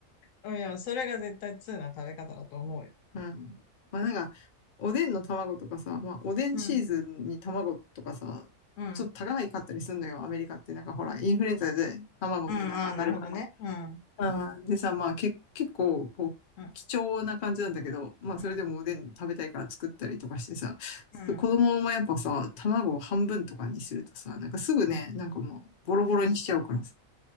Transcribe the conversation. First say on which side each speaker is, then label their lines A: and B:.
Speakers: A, on the left (about 80°); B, on the left (about 50°).
A: うんいや、それが絶対通な食べ方だと思うよ。
B: <laughs> うん。まあなんか、おでんの卵とかさ、まあおでんシーズンに卵とかさ、
A: うん、うん、うん、
B: ちょっと高いかったりするのよ、アメリカって。なんかほら、インフルエンザで卵の値段が上がるから。
A: ああ、なるほどね。うん、
B: あーでさ、まあけ、結構、こう、
A: うん、
B: 貴重な感じなんだけど、まあ、
A: うん、
B: それでもおでん食べたいから作ったりとかしてさ、
A: うん。
B: 子供もやっぱさ、卵を半分とかにするとさ、なんかすぐね、
A: うん、
B: なんかもう、ボロボロにしちゃうからさ。